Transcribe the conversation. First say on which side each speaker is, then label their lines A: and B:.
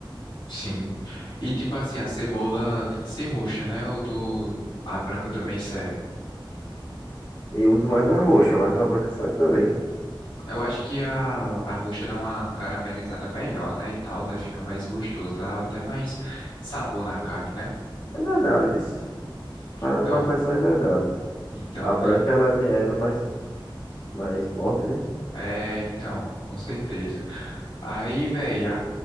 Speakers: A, on the left; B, on the left.
A: sim. E tipo assim, a cebola tem que ser roxa, né? Ou tô... a branca também serve.
B: Eu uso mais a roxa, mas a branca serve também.
A: Eu acho que a, a roxa dá uma caramelizada melhor, né? E tal, aí fica mais gostoso, dá até mais sabor na carne, né?
B: É verdade, viu?
A: Então,
B: Para pra pensar, é verdade.
A: então,
B: A branca, ela, é me- ela é mais, mais forte, né?
A: é, então, com certeza. Aí, velho,